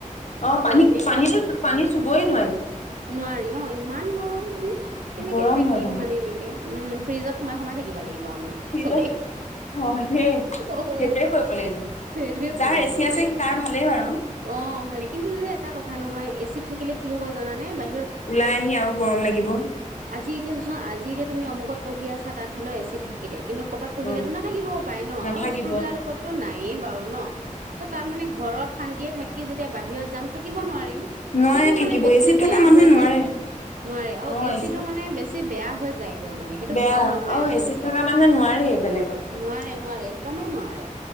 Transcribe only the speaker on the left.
অ' পানী
পানীতো
পানী চুবই নোৱাৰি।
গৰম
হয় বহুত
ফ্ৰিজত
হয় দেই
সেইটোৱে কৰিব লাগিব
যাৰ
এচি আছে সি তাৰ ভালেই বাৰু
ওলাই আহি আৰু গৰম লাগিব।
অ
নাথাকিব
অ
নোৱাৰে
থাকিব
এচিত
থকা মানুহে
নোৱাৰে
অ
এচিত
বেয়া
অ
এচিড থকা মানুহে নোৱাৰে বেলেগত